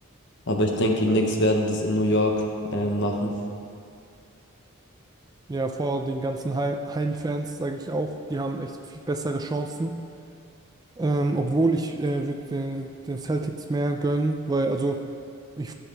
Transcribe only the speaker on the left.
Aber ich denke, die Knicks werden das in New York ähm, machen.